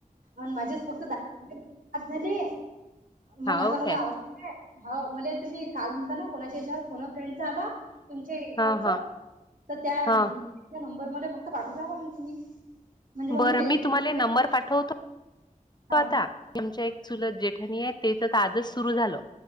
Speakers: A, on the right (about 80°); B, on the left (about 30°).
A: आणि माझेच फक्त दहा झाले मग
B: हाव
A: आता मध्ये
B: काय
A: आवश्यक आहे. हो म्हला तुम्ही काल म्हणता ना कोणाच्या याच्यावर कोणा फ्रेंड आला- तुमच्या इकडच
B: हा हा
A: तर त्या
B: हा
A: नंबर म फक्त पाठव द म मग तुम्ही. म्हणजे मग
B: बरं
A: त्याच्या
B: मी तुम्हाला नंबर पाठवतो
A: हा
B: आता आमच्या एक चुलत जेठाणी आहेत. च आजच सुरु झालं